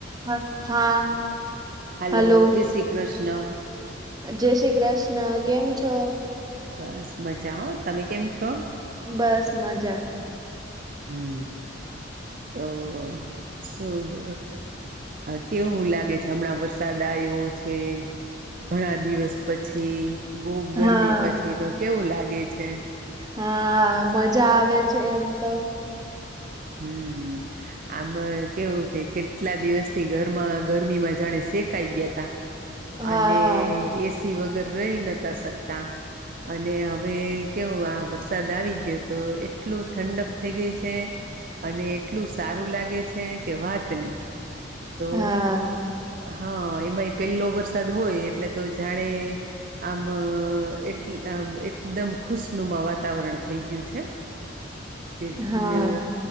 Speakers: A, on the right; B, on the right.
A: હ, હા.
B: Hello,
A: hello
B: જય શ્રી કૃષ્ણ.
A: જય શ્રી કૃષ્ણ કેમ છો.
B: બસ મજા તમે કેમ છો.
A: બસ મજા.
B: હું તો શુભ. હા કેવું લાગે છે, હમણાં વરસાદ આવ્યો છે. ઘણા દિવસ પછી ગોબ ગરમી
A: હા
B: પછી તો કેવું લાગે છે
A: હા મજા આવે છે એમ તો
B: હમ આમ કેવું કે કેટલા દિવસ થી ગરમા ગરમી માં જાણે શેકાઈ ગયા ત
A: હા
B: અને એસી વગર રહી નતા શકતા અને હવે કેવું આ વરસાદ આવી ગયો તો એટલું ઠંડક થઈ ગઈ છે અને એટલું સારું લાગે છે કે વાત નહી તો
A: હા
B: હા એમાંય પેલો વરસાદ હોય એટલે તો જાણે આમ એટ આ એકદમ ખુશનુંનુ વાતાવરણ થઈ ગયું છે કે
A: હા
B: અ